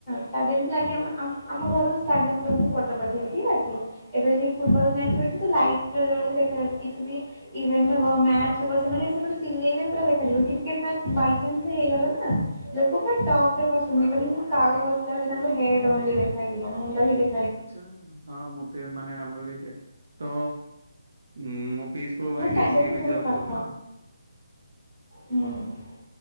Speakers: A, in the centre; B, on the right.
A: ଷ୍ଟାଡିୟମ ଲାଗି ଆମ-ଆମ-ଆମ ଘରରୁ ଷ୍ଟାଡିୟମ ତ ମୁଁ ଫଟୋ ପଠେଇବି ଠିକ୍ ଅଛି ଏବେ ଏବେ ଫୁଟ୍ ବଲ୍ ମେଚ୍ ହଉଚି ତ ଲାଇଟ ପୁରା ଜଳୁଛି ଦେଖାଯାଉଛି କିଛି ବି ଇଭେଣ୍ଟ ହବ ମ୍ୟାଚ ହବ ସେମାନେ ସେପଟେ ସିଲେଇରେ ପୁରା ଦେଖାଯିବ କ୍ରିକେଟ ନା ମେଚ୍ ବାଇଚାନ୍ସ ହେଇଗଲା ନା ଲୋକ ପୁରା ଟପରେ ବସନ୍ତି। ତମକୁ କାଉ ବସିଲା ଭଳି ତାଙ୍କୁ ହେଡ୍ ଓନ୍ଲି ଦେଖାଯିବ ମୁଣ୍ଡ ଦେଖ୍
B: ଆଛା ହଁ ମତେ ମାନେ ଆମର ବି ସେ ତ ହୁଁ ମ ପିସ୍ ପୁଅ ଭାଇ
A: ମୁଁ ଷ୍ଟାଡିୟମରୁ
B: ସିଏ ବି
A: ବହୁତ
B: ଜବ୍
A: ପାଖ
B: କରୁଛନ୍ତି।
A: ହୁଁ।